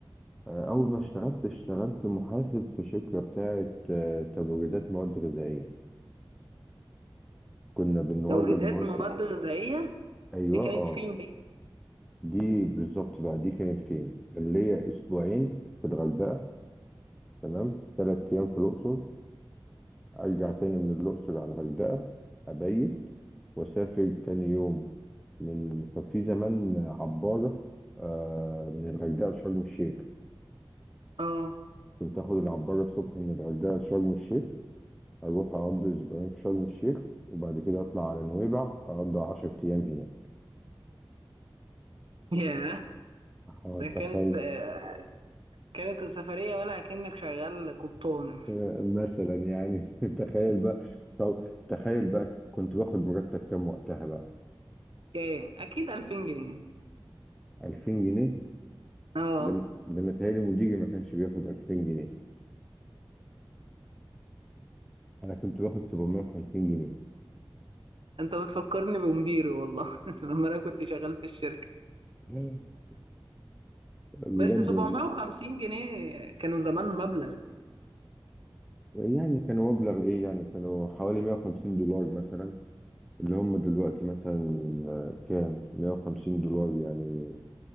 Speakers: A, in the centre; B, on the right.
A: آه، أول ما اشتغلت اشتغلت محاسب في شركة بتاعة آه، تبريدات مواد غذائية كنا بنورد
B: توريدات
A: مواد
B: مواد غذائيه
A: أيوة
B: دي كانت
A: اه
B: فين دي
A: دي بالظبط بقى دي كانت فين؟ كان ليا أسبوعين في الغردقة تمام تلات أيام في الأقصر أرجع تاني من الأقصر على الغردقة أبيت وأسافر تاني يوم من كان في زمان عبارة آه، من الغردقة لشرم الشيخ
B: اه
A: كنت آخد العبارة الصبح من الغردقة لشرم الشيخ هروح أقضي أسبوعين في شرم الشيخ وبعد كده أطلع على نويبع أقضي 10 أيام هناك
B: ياه
A: أه،
B: ده كانت
A: تخيل
B: آه، كانت السفريه ولا كأنك شغال قبطان
A: <laughs> مثلا يعني <laughs> تخيل بقى طب تخيل بقى كنت باخد مرتب كام وقتها بقى
B: ايه اكيد 2000 جنيه
A: 2000 جنيه
B: اه
A: ده أنا ده أنا متهيألي مديري ما كانش بياخد 2000 جنيه أنا كنت باخد 750 جنيه
B: انت بتفكرني بمديري والله <laughs> لما انا كنت شغال في الشركه
A: <laughs> بجد
B: بس 750
A: والله
B: جنيه كانوا زمان مبلغ
A: يعني كانوا مبلغ إيه يعني كانوا حوالي 150 دولار مثلا اللي هم دلوقتي مثلا آه، كام 150 دولار يعني